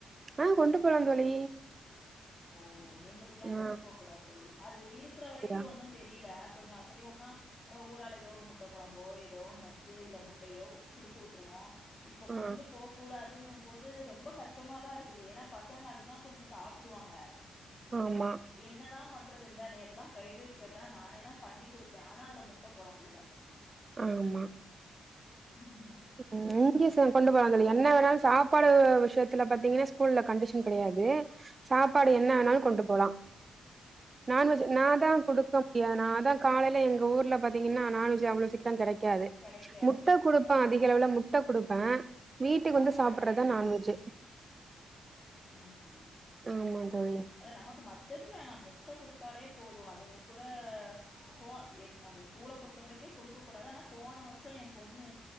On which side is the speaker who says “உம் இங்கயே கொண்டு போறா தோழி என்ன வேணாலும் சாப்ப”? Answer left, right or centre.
Right